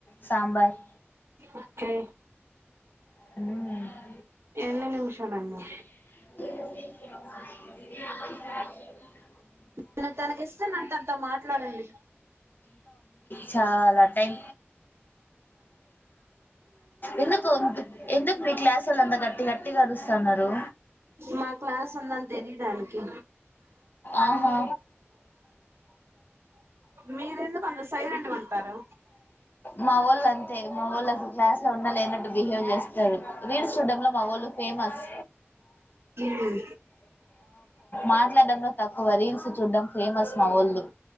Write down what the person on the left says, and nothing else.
సాంబార్.
మ్
అ
చాల టైం. ఎందుకు, ఎందుకు మీ క్లాసోళ్ళు అంత గట్టి గట్టిగా అరుస్తన్నారు?
ఆహా
మావోళ్ళు అంతే మావోళ్ళు అసలు క్లాస్ లో ఉన్నా, లేనట్టు బిహేవ్ చేస్త. తారు. రీల్స్ చూడ్డంలో మావోళ్ళు, ఫేమస్.
మాట్లాడంలో తక్కువ. రీల్స్ చూడ్డం ఫేమస్ మావోళ్ళు.